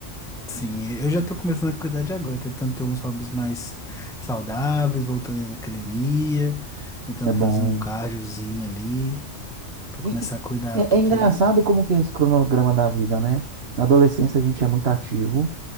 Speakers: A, in the centre; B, on the right.
A: Sim, eu já tô começando a cuidar de agora, tentando ter uns hobbies mais saudáveis, voltando na academia, tentando
B: Isso é bom.
A: fazer um cardiozinho ali, pra
B: E,
A: começar
B: e-
A: a cuidar,
B: é,
A: porque
B: é engraçado como que é esse cronograma da vida, né? Na adolescência a gente é muito ativo.